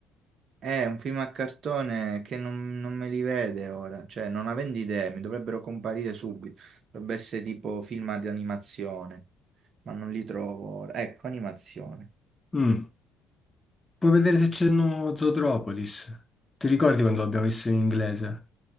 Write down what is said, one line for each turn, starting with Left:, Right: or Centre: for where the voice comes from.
Right: È un film a cartone che non, non me li vede ora, cioè non avendo idee, mi dovrebbero comparire subito. Dovrebbe essere tipo film di animazione, ma non li trovo ora. Ecco, animazione.
Left: Mm. Puoi vedere se c'è no Zootropolis. Ti ricordi quando l'abbiamo visto in inglese?